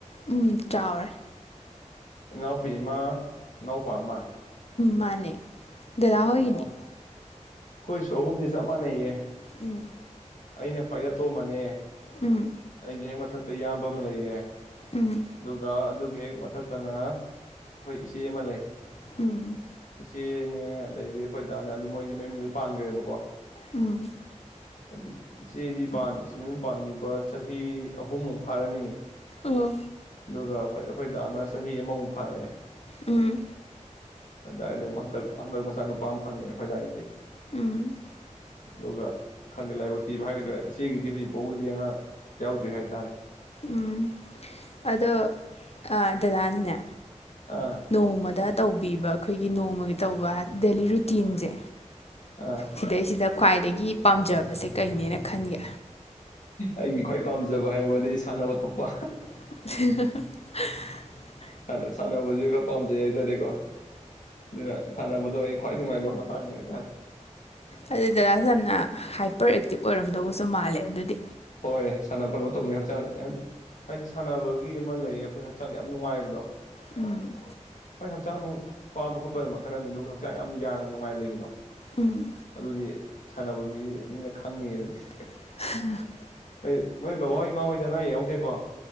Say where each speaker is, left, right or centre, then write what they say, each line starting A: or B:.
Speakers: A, on the left (about 55°); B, on the left (about 80°).
A: ꯎꯝ ꯆꯥꯎꯔꯦ꯫
B: ꯏꯅꯥꯎꯄꯤ ꯑꯃ ꯏꯅꯥꯎꯄꯥ ꯑꯃ꯫
A: ꯃꯥꯅꯦ꯫ ꯗꯗꯥ
B: ꯑꯣ
A: ꯍꯣꯏꯒꯤꯗꯤ꯫
B: ꯑꯩꯈꯣꯏꯁꯨ ꯑꯍꯨꯝꯅꯤ ꯆꯞ ꯃꯥꯟꯅꯩꯌꯦ꯫
A: ꯎꯝ꯫
B: ꯑꯩꯅ ꯈ꯭ꯋꯥꯏ ꯑꯇꯣꯝꯕꯅꯦ꯫
A: ꯎꯝ
B: ꯑꯩꯒꯤ ꯍꯦꯛꯃꯊꯛ ꯇꯥ ꯌꯥꯝꯕ ꯑꯃ ꯂꯩꯌꯦ꯫
A: ꯎꯝ
B: ꯑꯗꯨꯒ ꯑꯗꯨ ꯒꯤ ꯍꯦꯛ ꯃꯊꯛꯇꯅ ꯑꯩꯈꯣꯏ ꯏꯆꯦ ꯑꯃ ꯂꯩ꯫
A: ꯎꯝ꯫
B: ꯆꯦꯅꯦ ꯑꯗꯩꯗꯤ ꯑꯩꯈꯣꯏ ꯗꯥꯅꯦ ꯑꯗꯨ ꯃꯣꯏꯗꯤ ꯃꯌꯨꯝ ꯄꯥꯟꯒꯔꯦꯕꯀꯣ꯫
A: ꯎꯝ꯫
B: ꯍꯥꯏꯗꯤ ꯏꯆꯦꯗꯤ ꯄꯥꯟ ꯃꯌꯨꯝ ꯄꯥꯟꯒꯤꯕ ꯆꯍꯤ ꯑꯍꯨꯝꯃꯨꯛ ꯐꯥꯔꯅꯤ꯫
A: ꯑꯥ꯫
B: ꯑꯗꯨꯒ ꯑꯩꯈꯣꯏ ꯑꯩꯈꯣꯏꯗꯥꯅ ꯆꯍꯤ ꯑꯃꯃꯨꯛ ꯐꯥꯔꯛꯑꯦ꯫
A: ꯎꯝ
B: <unintelligible> ꯍꯟꯗꯛ ꯃꯆꯥ ꯅꯨꯄꯥ ꯑꯃ ꯐꯪꯉꯦ ꯑꯩꯈꯣꯏꯗꯥꯒꯤꯗꯤ꯫
A: ꯎꯝ꯫
B: ꯑꯗꯨꯒ ꯈꯪꯗꯦ ꯂꯥꯏꯕꯛ ꯊꯤꯕ ꯍꯥꯏꯒꯗ꯭ꯔꯥ ꯏꯆꯦꯒꯤꯗꯤ ꯍꯧꯖꯤꯛꯐꯥꯎꯒꯤꯗꯤ ꯑꯉꯥꯡ ꯌꯥꯎꯗ꯭ꯔꯤ ꯍꯥꯏꯇꯥꯔꯦ꯫
A: ꯎꯝ ꯑꯗꯣ ꯗꯗꯥꯅꯅꯦ
B: ꯑꯥ
A: ꯅꯣꯡꯃꯗ꯫ ꯇꯧꯕꯤꯕ ꯑꯩꯈꯣꯏꯒꯤ ꯅꯣꯡꯃꯒꯤ ꯇꯧꯕ ꯗꯦꯂꯤ ꯔꯨꯇꯤꯟꯖꯦ꯫
B: ꯑꯥ
A: ꯁꯤꯗꯩ ꯁꯤꯗ ꯈ꯭ꯋꯥꯏꯗꯒꯤ ꯄꯥꯝꯖꯕꯁꯦ ꯀꯩꯅꯦꯅ ꯈꯟꯒꯦ꯫
B: ꯑꯩꯒꯤ ꯈ꯭ꯋꯥꯏ ꯄꯥꯝꯖꯕ ꯍꯥꯏꯌꯣꯗꯤ ꯁꯥꯟꯅꯕ ꯊꯣꯛꯄ꯫
A: <inaudible>
B: ꯁꯟꯅ ꯁꯥꯟꯅꯕꯁꯦ ꯈ ꯄꯥꯝꯖꯩ ꯍꯥꯏꯇꯥꯔꯦꯀꯣ꯫ ꯗꯨꯅ ꯁꯥꯟꯅꯕ ꯑꯗꯣ ꯑꯩ ꯈ꯭ꯋꯥꯏ ꯅꯨꯡꯉꯥꯏꯕ ꯃꯇꯥꯡꯅꯦ ꯍꯥꯏꯇꯥꯔꯦ꯫
A: ꯑꯗꯨ ꯗꯗꯥꯁꯦ ꯌꯥꯝꯅ ꯍꯥꯏ ꯄ꯭ꯔꯣꯑꯦꯛꯇꯤꯞ ꯑꯣꯏꯔꯝꯗꯧꯕꯁꯨ ꯃꯥꯜꯂꯦ ꯑꯗꯨꯗꯤ꯫
B: ꯍꯣꯏ ꯁꯥꯟꯅ ꯈꯣꯠꯅꯕ ꯇꯧꯅꯤꯅ ꯍꯛꯆꯥꯡ ꯍꯥꯏꯗꯤ ꯁꯥꯟꯅꯕꯒꯤ ꯑꯃ ꯂꯩꯌꯦ ꯑꯩꯈꯣꯏ ꯍꯛꯆꯥꯡ ꯌꯥꯝ ꯅꯨꯡꯉꯥꯏꯕꯗꯣ
A: ꯎꯝ꯫
B: ꯍꯣꯏ ꯍꯛꯆꯥꯡ ꯅꯨꯡ ꯄꯥꯕ ꯈꯣꯠꯄꯅ ꯃꯈꯜ ꯑꯃꯅꯤ ꯑꯗꯨꯒ ꯍꯛꯆꯥꯡ ꯌꯥꯝ ꯌꯥꯡꯅ ꯅꯨꯡꯉꯥꯏꯅ ꯂꯩꯕꯗꯣ꯫
A: ꯎꯝ
B: ꯑꯗꯨꯗꯤ ꯁꯥꯟꯅꯕ ꯃꯤ ꯃꯤꯅ ꯈꯪꯅꯤ ꯍꯥꯏꯗꯨꯅꯤ꯫
A: ꯑ <inaudible>
B: ꯅꯣꯏ ꯅꯣꯏ ꯕꯕꯥꯍꯣꯏ ꯏꯃꯥ ꯍꯣꯏꯗꯤ ꯑꯅ ꯑꯌꯦꯛ ꯌꯥꯎꯗꯦꯀꯣ꯫